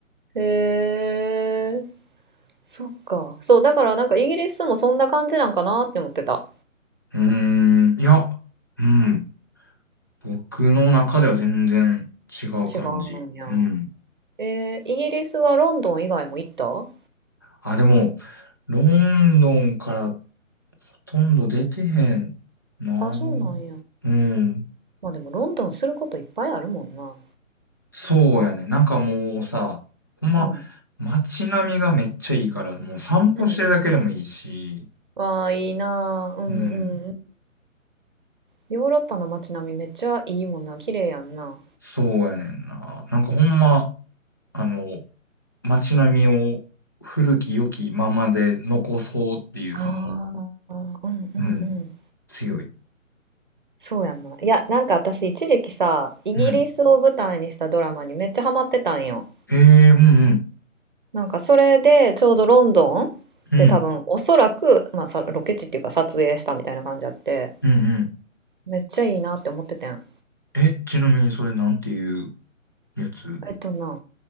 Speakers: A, on the right; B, on the left.
A: へえ、そっか。そう、だからなんかイギリスもそんな感じなんかなって思ってた。
B: うーん。いや、うん。僕の中では全然違う感じ。
A: 違うんや。
B: うん。
A: えー、イギリスはロンドン以外も行った
B: あ、でも、ロンドンからほとんど出てへんな。
A: あ、そうなんや。
B: うん。
A: まあでもロンドンすることいっぱいあるもんな。
B: そうやね。なんかもうさ、ほんま、
A: うん。
B: 街並みがめっちゃいいから、もう散歩してるだけでもいいし、
A: うん。ああ、いいなあ。うんうんうん。
B: うん。
A: ヨーロッパの街並みめっちゃいいもんな。綺麗やんな。
B: そうやねんな。なんかほんま、あの、街並みを古き良きままで残そうっていう、
A: あ
B: その、
A: あ、うんうんうん。
B: うん、強い。
A: そうやんな。いや、なんか私一時期さ、イギリスを舞台にしたドラマにめっちゃハマってたんよ。
B: うん。ええうんうん。
A: なんかそれでちょうどロンドンで多分おそらく、
B: うん。
A: まあ、さロケ地っていうか撮影したみたいな感じあって
B: うんうん。
A: めっちゃいいなって思っててん
B: え、ちなみにそれなんていうやつ
A: えっとな